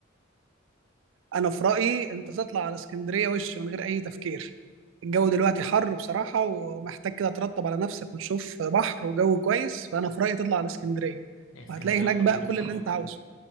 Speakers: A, on the right (about 70°); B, on the left (about 80°).
A: انا في رايي انت تطلع على اسكندريه وش من غير اي تفكير الجو دلوقتي حر بصراحه ومحتاج كده ترطب على نفسك وتشوف بحر وجو كويس فانا في رايي تطلع على اسكندريه
B: هي اسكندريه
A: وهتلاقي هناك
B: خطيره
A: بقى كل
B: بصراحه
A: اللي انت عاوزه